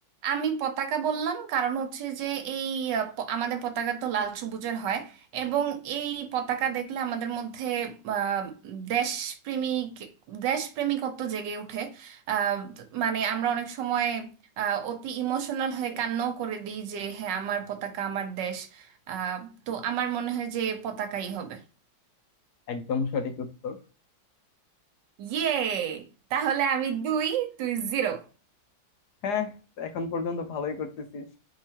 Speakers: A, on the right (about 75°); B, on the left (about 65°).
A: আমি পতাকা বললাম কারণ হচ্ছে যে এই আহ, প- আমাদের পতাকা তো লাল সবুজের হয় এবং এই পতাকা দেখলে আমাদের মধ্যে আহ, দেশপ্রেমিক দেশপ্রেমিকত্ব জেগে ওঠে আহ, মানে আমরা অনেক সময় আহ, অতি ইমোশনাল হয়ে কান্নাও করে দিই যে হ্যাঁ আমার পতাকা আমার দেশ আহ, তো আমার মনে হয় যে পতাকাই হবে
B: একদম সঠিক উত্তর
A: ইয়ে তাহলে আমি দুই তুই জিরো
B: হ্যাঁ তো এখন পর্যন্ত ভালোই করতেছিস